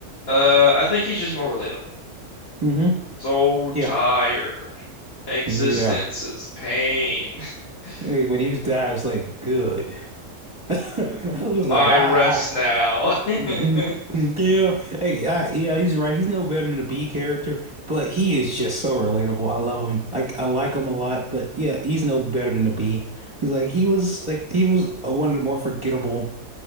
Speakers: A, on the left; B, on the right.
A: Uh, I think he's just more relatable.
B: hmm
A: So
B: Yeah,
A: tired. Existence
B: yeah.
A: is pain. <laughs>
B: Hey, when he was dying, it's like good. <laughs> I was like,
A: I
B: ah,
A: rest
B: ah.
A: now. <laughs>
B: Mhm. Yeah, hey, I, yeah. He's right. He's no better than the B character, but he is just so relatable. I love him. I I like him a lot, but yeah, he's no better than the B. He's like he was like he was one of the more forgettable